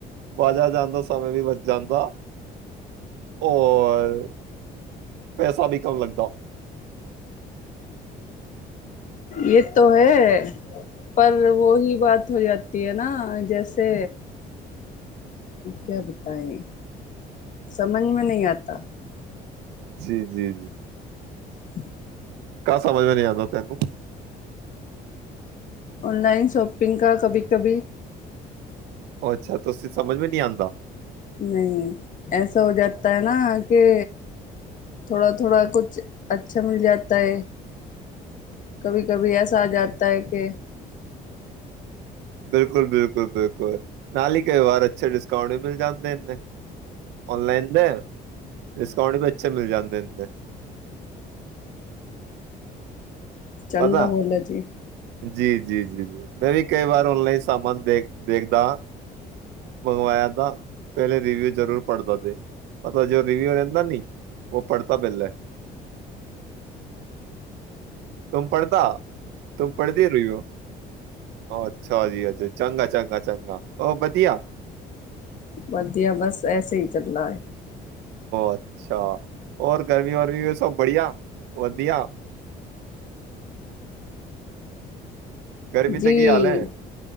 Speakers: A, on the right (about 85°); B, on the left (about 50°).
A: ਬਾਜਾਰ ਜਾਂਦਾ ਸਮੇਂ ਵੀ ਬਚ ਜਾਂਦਾ ਹੋਰ ਪੈਸਾ ਵੀ ਕੰਮ ਲੱਗਦਾ
B: ਯੇਹ ਤੋ ਹੈ ਪਰ ਵੋਹੀ ਬਾਤ ਹੋ ਜਾਤੀ ਕਿ ਨਾ ਜੈਸੇ ਕਿਆ ਬਤਾਏ ਸਮਝ ਮੇ ਨਹੀਂ ਆਤਾ
A: ਜੀ ਜੀ
B: <unintelligible>
A: ਕਾ ਸਮਝ ਮੈ ਨਹੀ ਆਂਦਾ ਤੈਨੂੰ
B: ਔਨਲਾਈਨ ਸ਼ੋਪਿੰਗ ਕਾ ਕਭੀ ਕਭੀ
A: ਉਹ ਅੱਛਾ ਤੁਸੀਂ ਸਮਝ ਵੀ ਨਹੀਂ ਆਉਂਦਾ
B: ਨਹੀਂ ਐਸਾ ਹੋ ਜਾਤਾ ਹੈ ਨਾ ਕਿ ਥੋੜਾ ਥੋੜਾ ਕੁਛ ਅੱਛਾ ਮਿਲ ਜਾਤਾ ਹੈ ਕਭੀ ਕਭੀ ਐਸਾ ਆ ਜਾਤਾ ਹੈ ਕੇ
A: ਬਿਲਕੁਲ ਬਿਲਕੁਲ ਬਿਲਕੁਲ ਨਾਲ ਹੀ ਕਈ ਵਾਰ ਅੱਛੇ ਡਿਸਕਾਊਂਟ ਵੀ ਮਿਲ ਜਾਂਦੇ ਇਨੇਂ ਔਨਲਾਈਨ ਦੇ ਡਿਸਕਾਊਂਟ ਵੀ ਅੱਛੇ ਮਿਲ ਜਾਂਦੇ ਨ <unintelligible>
B: ਚੰਗਾ
A: ਪਤਾ
B: ਬੋਲੋ ਜੀ
A: ਜੀ ਜੀ ਜੀ ਜੀ ਮੈਂ ਵੀ ਕਈ ਵਾਰ ਓਨਲਾਈਨ ਸਾਮਾਨ ਦੇਖ ਦੇਖਦਾ ਹਾਂ ਮੰਗਵਾਇਆ ਤ ਪਹਿਲੇ ਰਿਵਿਊ ਜ਼ਰੂਰ ਪੜ੍ਹਦਾ ਤੇ ਪਤਾ ਜੋ ਰਿਵਿਊ ਰਹਿੰਦਾ ਨੀ ਉਹ ਪੜ੍ਹਤਾ ਪਹਿਲੇ ਤੁਮ ਪੜ੍ਹਦਾ ਤੁਮ ਪੜ੍ਹਦੀ ਰਿਵਿਉ ਅੱਛਾ ਜੀ ਅਜੇ ਚੰਗਾ ਚੰਗਾ ਚੰਗਾ ਉਹ ਵਧੀਆ
B: ਵਧੀਆ ਬਸ ਐਸੇ ਹੀ ਚੱਲਦਾ ਹੈ
A: ਅੱਛਾ ਹੋਰ ਗਰਮੀ ਵਰਮੀ ਵੀ ਸਭ ਬੜੀਆ ਵਧੀਆ ਗਰਮੀ ਦਾ
B: ਜੀ
A: ਕੀ ਹਾਲ ਹੈ